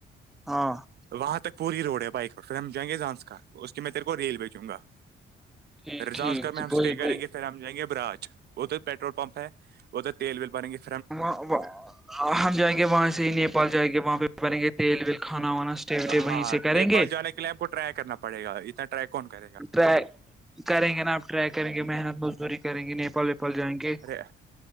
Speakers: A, in the centre; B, on the right (about 55°).
A: ہاں <unintelligible>
B: وہاں تک پوری روڈ ہے بائک پر پھر ہم جائیں گے جانس کا اس کی میں تیرے کو ریلوے چوں گا
A: ٹھیک
B: رزان
A: ٹھیک
B: کر میں ہممسٹے کریں گے پھر ہم جائیںے باچ ادھر پٹرول پپ ہے ادھر تیل ول بن گ
A: اں ہم جائیں گے وہاں سے ہی نیپال جائیں گے وہاں پہ بنیں گے تیل ویل کھانا وانا وٹے وہیں
B: ہاں
A: سے کریں
B: نیپال
A: گے
B: جانے کے لیے ہم کو ٹرائی کرنا پڑے گا اتنا ٹرائی کون کرے گا
A: ٹرائی کریں گے نا آپ ٹرائی کریں گے محنت مزدوری کریں گے نیپال ویپال جائیں گے
B: ارے